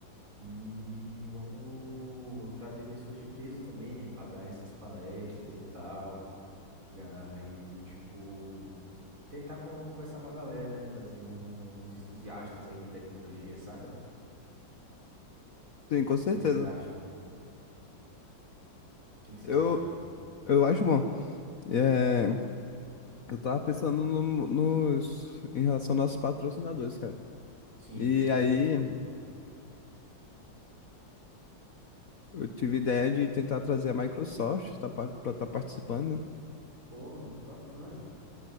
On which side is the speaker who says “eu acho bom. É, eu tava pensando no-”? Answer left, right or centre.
Left